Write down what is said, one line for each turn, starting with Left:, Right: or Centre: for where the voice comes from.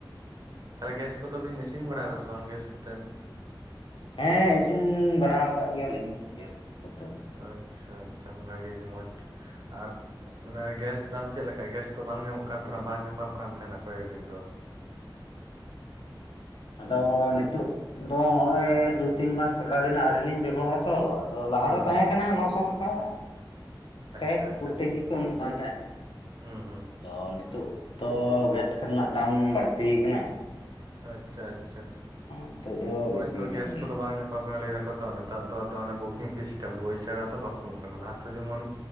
Right: ᱛᱟᱦᱚᱞᱮ ᱜᱮᱥ ᱠᱚᱛᱮ ᱵᱤᱱ, ᱤᱥᱤᱱ ᱵᱟᱲᱟ ᱟᱠᱟᱫᱟ ᱥᱮ ᱵᱟᱝ? ᱜᱮᱥ ᱠᱚᱛᱮ ᱾
Left: ᱦᱮᱸ, ᱤᱥᱤᱱ ᱵᱟᱲᱟ ᱟᱠᱟᱫ ᱜᱮᱭᱟ ᱞᱤᱧ ᱜᱮᱥ ᱠᱚᱛᱮ ᱾
Right: ᱟᱪᱪᱷᱟ, ᱟᱪᱪᱷᱟ ᱵᱷᱟᱜᱤ ᱜᱮ, ᱢᱚᱸᱡᱽ ᱟᱨ ᱢᱟᱱᱮ ᱜᱮᱥ ᱫᱟᱢ ᱪᱮᱫ ᱞᱮᱠᱟ? ᱜᱮᱥ ᱫᱚ ᱵᱟᱝ ᱧᱟᱢᱚᱜ ᱠᱟᱱ ᱛᱟᱦᱮᱱᱟ ᱾ ᱵᱟᱝ ᱧᱟᱯᱟᱢ ᱠᱟᱱ ᱛᱟᱦᱮᱱᱟ ᱠᱚᱭᱮᱠ ᱫᱤᱱ ᱫᱚ ᱾
Left: ᱟᱫᱚ ᱱᱤᱛᱳᱜ ᱫᱚ, ᱱᱚᱜᱼᱚᱭ, ᱫᱩ ᱛᱤᱱ ᱢᱟᱥ, ᱠᱚ ᱚᱼᱴᱟ ᱫᱤᱱ, ᱟᱹᱣᱨᱤ ᱞᱤᱧ ᱵᱮᱵᱚᱦᱟᱨ ᱛᱚ ᱾ ᱟᱫᱚ ᱞᱟᱦᱟ
Right: ᱦᱩᱸ
Left: ᱫᱚ, ᱛᱟᱦᱮᱸ
Right: ᱦᱩᱸ
Left: ᱠᱟᱱᱟ ᱱᱚᱥᱚ ᱴᱟᱠᱟ ᱾ ᱛᱮ,
Right: ᱟᱪᱪᱷᱟ
Left: ᱤᱯ
Right: ᱟᱪᱪᱷᱟ
Left: ᱯᱩᱞᱴᱤ ᱜᱤ ᱠᱚ ᱮᱢᱚᱜ ᱠᱟᱱ ᱛᱟᱦᱮᱸᱫ ᱾
Right: ᱦᱩᱸ ᱦᱩᱸ
Left: ᱟᱫᱚ, ᱱᱤᱛᱚᱜ ᱛᱚ, ᱜᱮᱥ ᱨᱮᱱᱟᱜ ᱫᱟᱢ, ᱵᱟᱹᱲᱛᱤ ᱟᱠᱟᱱᱟ ᱾
Right: ᱟᱪᱪᱷᱟ, ᱟᱪᱪᱷᱟ
Left: ᱱᱤᱛᱚᱜ
Right: ᱾
Left: ᱫᱚ
Right: ᱱᱚᱜᱼᱚᱭ
Left: ᱵᱮᱥᱤ
Right: ᱛᱚ,
Left: ᱠᱟᱱ
Right: ᱜᱮᱥ
Left: ᱜᱮᱭᱟ
Right: ᱠᱚᱫᱚ ᱵᱟᱝ? ᱧᱟᱯ ᱛᱚ ᱞᱟᱹᱭ ᱮᱫᱟ ᱠᱚ ᱛᱚ, ᱱᱮᱛᱟᱨ ᱫᱚ, ᱫᱚ ᱵᱩᱠᱤᱝ ᱥᱤᱥᱴᱮᱢ, ᱵᱳᱭ ᱪᱷᱟᱲᱟ ᱫᱚ ᱵᱟᱠᱚ ᱮᱢᱚᱜ ᱠᱟᱱᱟ ᱾ ᱞᱟᱦᱟ ᱡᱮᱢᱚᱱ